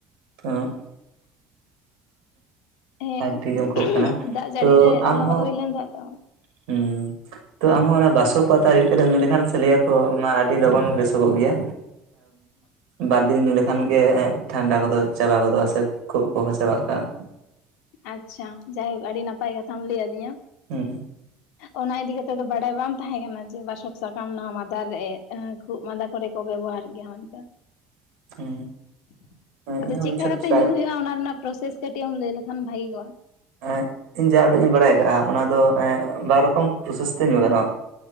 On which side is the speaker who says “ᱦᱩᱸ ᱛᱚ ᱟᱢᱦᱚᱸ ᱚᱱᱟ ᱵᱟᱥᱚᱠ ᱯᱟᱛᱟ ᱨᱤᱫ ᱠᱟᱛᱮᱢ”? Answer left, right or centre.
Right